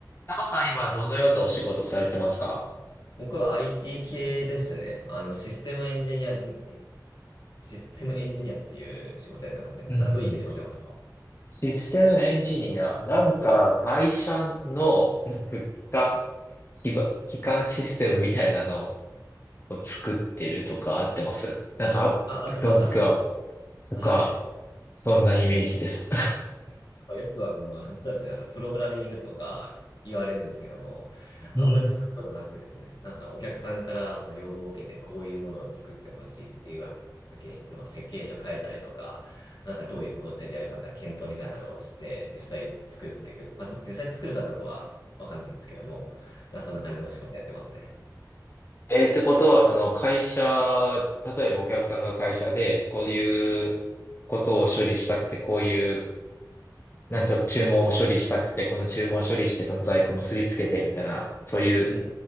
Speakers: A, on the left; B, on the left.
A: タカさん、今どのようなお仕事をされてますか
B: 僕は IT 系ですね。あの、システムエンジニアリン、えシステムエンジニアっていう仕事やってますね。
A: うんうん、
B: なんかどういうイメージ持ってますか
A: システムエンジニア、なんか会社のなんか機関、基盤基幹システムみたいなのを作ってるとかあってます。なんか、
B: あ、合ってます、
A: 詳しくは、
B: 合ってます。
A: とか、
B: はい。
A: そんなイメージです。
B: まあよくあの、<laughs> そうですね、あの、プログラミングとか言われるんですけども、
A: <laughs>
B: あんまりそういうことなくてですね、
A: うん。
B: なんかお客さんからその要望を受けて、こういうものを作ってほしいって言われた時に、そのまあ設計書書いたりとか、なんかどういう構成でやるかみたいな検討みたいなのをして、実際作っていく。まあちょっと実際作るかどうかはわかんないんですけども、まあそんな感じでお仕事やってますね。
A: えーってことは、その会社、例えばお客さんが会社で、こういうことを処理したくて、こういうなんと注文を処理したくて、この注文を処理して、その在庫結びつけてみたいな、そういう
B: うん